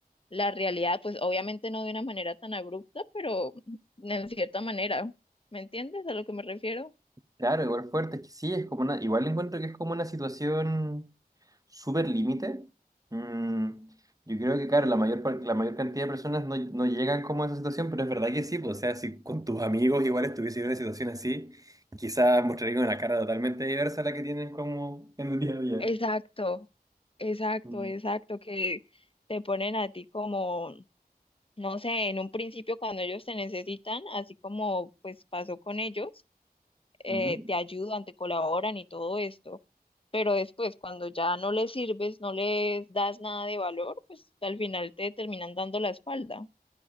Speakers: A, on the left (about 35°); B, on the right (about 20°).
A: la realidad, pues obviamente no de una manera tan abrupta, pero en cierta manera, ¿me entiendes a lo que me refiero?
B: Claro, igual fuerte, es que sí, es como una, igual encuentro que es como una situación súper límite. Mm, yo creo que, claro, la mayor, par- la mayor cantidad de personas no, no llegan como a esa situación, pero es verdad que sí, pues, o sea, si con tus amigos igual estuviese en una situación así, quizás mostraría una cara totalmente diversa a la que tienen como en el día a día.
A: Exacto, exacto,
B: Mm,
A: exacto, que te ponen a ti como, no sé, en un principio cuando ellos te necesitan, así como pues pasó con ellos. eh,
B: ujú.
A: te ayudan, te colaboran y todo esto, pero después cuando ya no les sirves, no les das nada de valor, pues al final te terminan dando la espalda.